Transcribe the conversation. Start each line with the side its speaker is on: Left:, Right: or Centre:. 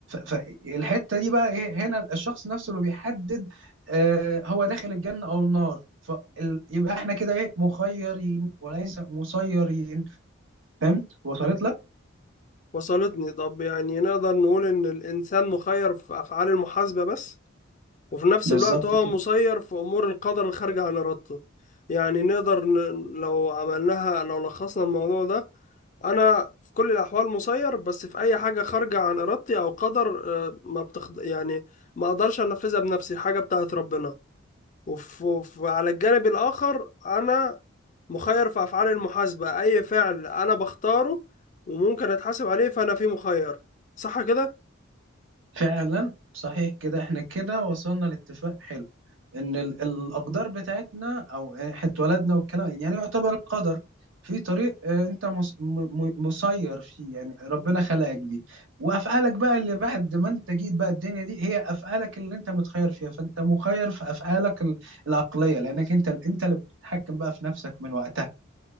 Right: فالحتة دي بقى ايه هنا الشخص نفسه اللي بيحدد آه هو داخل الجنة او النار فيبقى احنا كده ايه مخيرين وليس مسيرين فهمت وصلت لك
Left: وصلتني طب يعني نقدر نقول ان الانسان مخير في افعال المحاسبه بس وفي نفس
Right: بالظبط
Left: الوقت هو
Right: كده
Left: مسير في امور القدر الخارجه عن ارادته يعني نقدر ن... لو عملناها لو لخصنا الموضوع ده انا في كل الاحوال مسير بس في اي حاجه خارجه عن ارادتي او قدر آه، ما بتخض... يعني ما اقدرش انفذها بنفسي حاجه بتاعت ربنا وف... وف... على الجانب الاخر انا مخير في افعال المحاسبه اي فعل انا بختاره وممكن اتحاسب عليه فانا فيه مخير صح كده
Right: فعلا صحيح كده احنا كده وصلنا لاتفاق حلو ان ال- الاقدار بتاعتنا او احنا اتولدنا والكلام يعني يعتبر القدر في طريق آه، انت مس- م- م- مسير فيه يعني ربنا خلقك بيه وافعالك بقى اللي بعد ما انت جيت بقى الدنيا دي هي افعالك اللي انت متخير فيها فانت مخير في افعالك ال- العقليه لانك انت انت اللي بتتحكم بقى في نفسك من وقتها